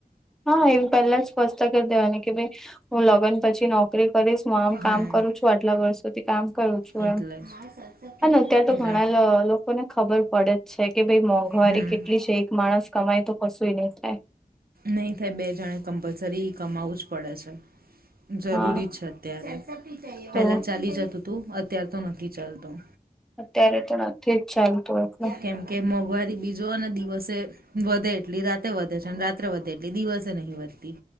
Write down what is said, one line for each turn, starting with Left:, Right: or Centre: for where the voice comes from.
Centre: હા એવી પેહલા સ્પષ્ટતા કર દેવાની કે ભાઈ હું લગન પછી નો કરી કરીશ, હું આમ
Right: હમ.
Centre: કામ કરું છું, આટલા વર્ષોથી કામ કરું છું
Right: એટલે
Centre: એમ
Right: જ
Centre: અને અત્યારે તો
Right: એટલા
Centre: ઘણા લ લોકોને ખબર પડે જ છે કે ભાઈ મોંઘવારી
Right: હમ.
Centre: કેટલી છે એક માણસ કમાય તો કશું ઈ નઈ થાય.
Right: નહીં થાય બે જનાણે કમ્પલસરી કમાવવું જ પડે છે. જરૂરી
Centre: હા
Right: છે અત્યારે,
Centre: તો
Right: પેલા ચાલી જતું તું અત્યાર તો નથી ચાલતું.
Centre: અત્યારે તો નથી જ ચાલતું એટલે
Right: કેમ કે મોંઘવારી બીજો અને દિવસે વધે એટલી રાતે વધે છે અન રા ત્રે વધે એટલી દિવસે નહી વધતી